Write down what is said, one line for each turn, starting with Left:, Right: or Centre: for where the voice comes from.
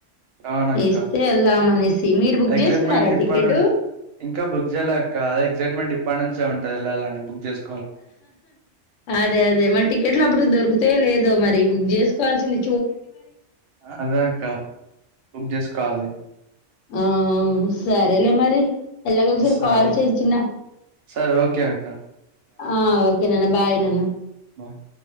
Right: అవునక్క
Left: ఇస్తే ఎళ్దాం అనేసి. మీరు బుక్
Right: ఎక్సైట్మెంట్
Left: జేసుకున్నారా
Right: ఇప్ప
Left: టికెటు?
Right: ను ఇంకా బుగ్ జేయలె అక్క అదే ఎక్సైట్మెంట్ ఇప్పనుంచే ఉ తెళ్ళాలని బుగ్ జేస్
Left: అదే అదే మళ్ టికెట్లు అప్పుటికి దొరుకు తే లేదో మరి బుక్ జేస్కోవాల్సింది.
Right: అదే అక్క బుగ్ జేస్కోవాలి.
Left: ఆహ్ సరేలే మరి ఎళ్ళగ ఒకసారి
Right: సరే.
Left: కాల్ చేయ్ చిన్న
Right: సరే ఓకే అక్క
Left: ఆహ్ ఓ కే నాన్న బాయ్ నాన్న.
Right: వాట్